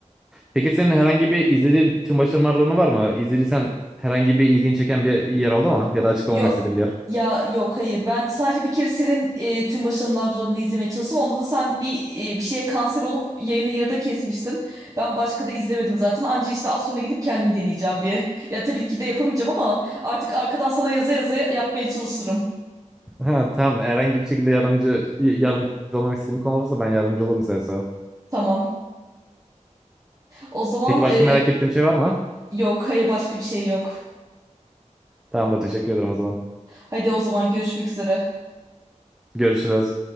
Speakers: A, in the centre; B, on the right (about 25°).
A: Peki senin herhangi bir izlediğin tüm başarılarını var mı? İzlediysen herhangi bir ilgin çeken bir yer oldu mu? Ya da açıklamamı
B: Yo
A: istediğin bir yer.
B: ya yok hayır. Ben sadece bir kere senin e, tüm başarılarını izlemeye çalıştım. Onda da sen bir e, bir şeye kanser olup yayını yarıda kesmiştin. Ben başka da izlemedim zaten. Anca işte az sonra gidip kendim deneyeceğim bir. <laughs> Ya tabii ki de yapamayacağım ama artık arkadan sana yaza yaza yapmaya çalışırım.
A: Ha, tamam herhangi bir şekilde yardımcı yardımcı olmamı istediğin bir konu olursa ben yardımcı olurum size.
B: Tamam. O zaman
A: Peki başka
B: e,
A: merak ettiğim şey var mı?
B: yok hayır başka bir şey yok.
A: Tamamdır teşekkür ederim o zaman.
B: Hadi o zaman görüşmek üzere.
A: Görüşürüz.